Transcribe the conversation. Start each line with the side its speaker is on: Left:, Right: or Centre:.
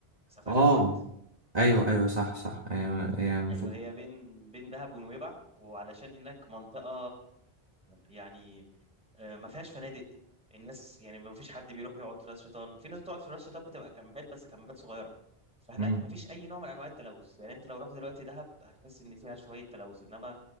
Centre: سفاجة
Right: اه
Centre: تحت
Right: ايوه ايوه صح صح هي هي من
Centre: ايوه
Right: فوق
Centre: هي بين بين دهب ونويبع وعلشان هناك منطقة يعني آه، ما فيهاش فنادق الناس يعني ما فيش حد بيروح يقعد في راس شيطان في ناس بتقعد في راس شيطان بتبقى كامبات بس كامبات صغيرة فهناك
Right: مم.
Centre: ما فيش اي نوع من انواع التلوث يعني انت لو رحت دلوقتي دهب هتحس ان فيها شوية تلوث انما